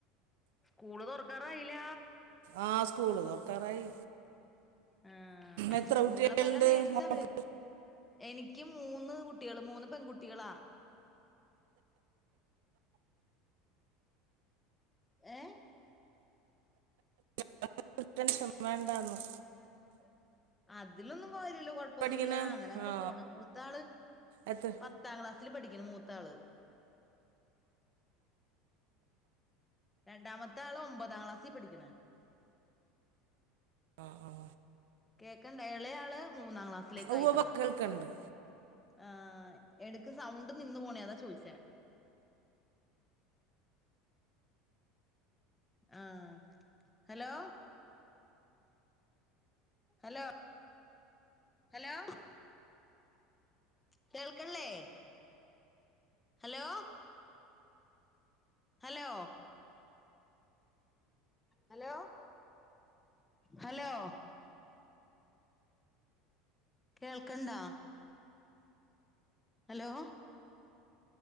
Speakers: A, on the left (about 15°); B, on the right (about 75°).
A: കൂള് തൊറക്കാറായില്ല.
B: ആഹ് സ്കൂള് തൊർക്കാറായി.
A: ആഹ്
B: എത്ര
A: സ്കൂളിലപ്പ
B: കുട്ട്യേള്ണ്ട്
A: എല്ലാം മേടിച്ച
B: മോൾക്ക്.
A: അവര് എനിക്ക് മൂന്ന് കുട്ടികള് മൂന്ന് പെൺകുട്ടികളാ ഏഹ്
B: <unintelligible> ടെൻഷൻ വേണ്ടാന്ന്
A: <unintelligible> അതിലൊന്നും കാര്യന്നുല്ല കൊഴപ്പൊന്നുല്ല
B: പഠിക്കണ
A: അങ്ങനെ അങ്ങ്
B: ആ
A: പോണ് മൂത്താള് പ
B: എത്ര
A: പത്താം ക്ലാസില് പഠിക്കണ് മൂത്താള് രണ്ടാമത്താള് ഒമ്പതാം ക്ലാസി പഠിക്കണ്
B: ആ ആ
A: കേക്കണ്ടാ ഇളയാള് മൂന്നാം ക്ലാസ് സിലേക്കായി
B: ഉവ്വ
A: ഈ തവണ
B: കേൾക്കുന്നുണ്ട്
A: ആഹ് എടക്ക് സൗണ്ട് നിന്ന് പോണേ അതാ ചോദിച്ചേ ആഹ് ഹലോ ഹലോ ഹലോ കേൾക്കള്ളേ ഹലോ ഹലോ ഹലോ ഹലോ കേൾക്കണ്ടാ ഹലോ